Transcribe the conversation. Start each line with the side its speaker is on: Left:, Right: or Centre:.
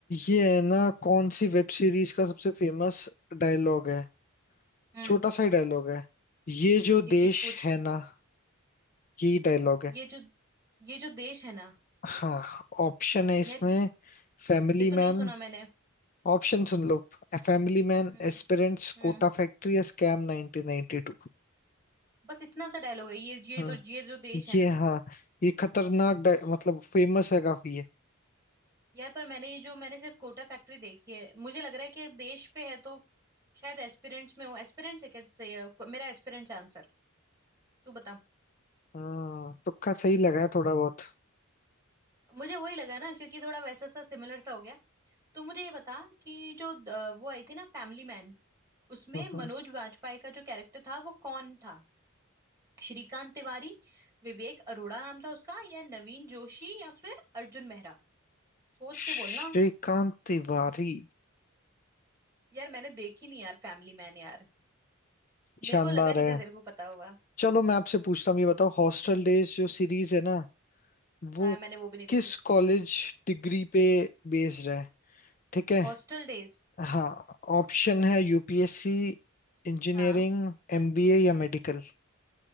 Left: ये है ना कौन सी वेब सीरीज का सबसे फेमस डायलॉग है
Right: हम्म
Left: छोटा सा ही डायलॉग है ये जो
Right: ठीक
Left: देश
Right: ठीक पूछ
Left: है ना यही डायलॉग है
Right: ये जो ये जो देश है ना
Left: हाँ ऑप्शन है इसमें
Right: यार ये,
Left: फैमिली
Right: ये तो नहीं
Left: मैन
Right: सुना मैंने
Left: ऑप्शन सुन लो family man
Right: हम्म
Left: aspirants
Right: हम्म
Left: Kota factory या स्कैम 1992
Right: बस इतना सा डायलॉग है ये ये
Left: हाँ
Right: तो ये जो देश है
Left: ये
Right: ना
Left: हाँ ये खतरनाक डाय- मतलब फेमस है काफी ये
Right: यार पर मैंने ये जो मैंने सिर्फ कोटा फैक्ट्री देखी है मुझे लग रहा है कि देश पे है तो शायद एस्पिरेंट्स में हो एस्पिरेंट्स है क्या से, अ, मेरा एस्पिरेंट्स आंसर तू बता
Left: हाँ तुक्का सही लगा है थोड़ा बहुत
Right: मुझे वही लगा ना क्योंकि थोड़ा वैसा सा सिमिलर सा हो गया तो मुझे ये बता कि जो अ, वो आई थी ना फैमिली मैन उसमें
Left: हम्म,
Right: मनोज वाजपेयी का जो कैरेक्टर था वो कौन था श्रीकांत तिवारी विवेक अरोड़ा नाम था उसका या नवीन जोशी या फिर अर्जुन मेहरा सोच
Left: श्रीकांत
Right: के बोलना
Left: तिवारी
Right: यार मैंने देखी नहीं यार फैमिली मैन यार
Left: शानदार
Right: मेरे को लगा नहीं
Left: है
Right: था तेरे को पता होगा
Left: चलो मैं आपसे पूछता हूँ ये बताओ हॉस्टल डेज जो
Right: पूछ
Left: सीरीज है ना वो
Right: हाँ मैंने वो भी नहीं देखी
Left: किस कॉलेज डिग्री पे बेस्ड है ठीक है
Right: Hostel days
Left: हाँ ऑप्शन है यूपीएससी इंजीनियरिंग
Right: हाँ
Left: एमबीए या
Right: हम्म
Left: मेडिकल